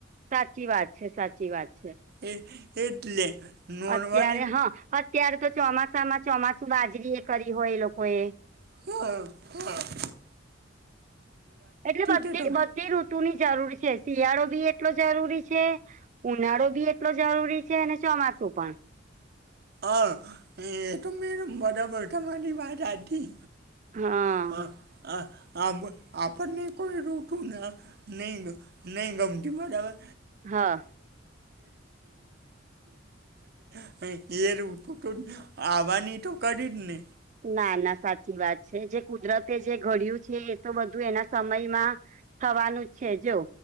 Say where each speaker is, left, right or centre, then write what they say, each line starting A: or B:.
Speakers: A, on the right (about 40°); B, on the right (about 55°).
A: સાચી વાત છે, સાચી વાત છે.
B: એ એટલે નોર્મલી
A: અત્યારે હ અત્યારે તો ચોમાસામાં ચોમાસુ બાજરી એ કરી હોય એ લોકો એ.
B: હ હ.
A: એટલે બધી
B: છે તમ
A: જ બધી ઋતુની જરૂર છે, શિયાળો બી એટલો જરૂરી છે. ઉનાળો બી એટલો જરૂરી છે, ને ચોમાસું પણ.
B: અ એ તો મેયમ બરાબર, તમારી વાત હાતી.
A: હા
B: અ અ આ આપ આપણને કોઈ રોતું ન નીય નય ગમટી બરાબર.
A: હા
B: <unintelligible> એરટું તો <unintelligible> આવાની તો કરી જ ને.
A: ના ના સાચી વાત છે, જે કુદરતે જે ઘડ્યું છે એતો બધું એના સમયમાં થવાનું છે જો,